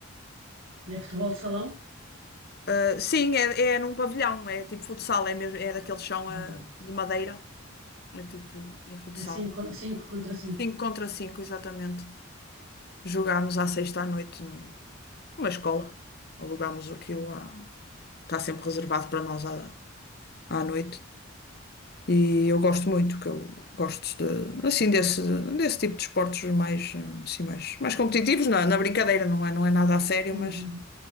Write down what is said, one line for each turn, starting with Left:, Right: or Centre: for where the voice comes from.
Right: é futebol de salão,
Left: Ah, sim, é, é num pavilhão, é tipo futsal, é mesmo, é daquele chão
Right: exatamente.
Left: ah, de madeira, é tipo, é futsal.
Right: É é cinco, contra cinco
Left: cinco contra cinco exatamente. Jogámos à sexta à noite num- numa escola, alugámos aquilo, à- está sempre reservado para nós à, à noite. E eu gosto muito, que eu gosto de, assim desse, desse tipo de esportes mais, eh, assim, mais, mais competitivos, na, na brincadeira, não é, não é nada a sério,
Right: contra
Left: mas,
Right: 5.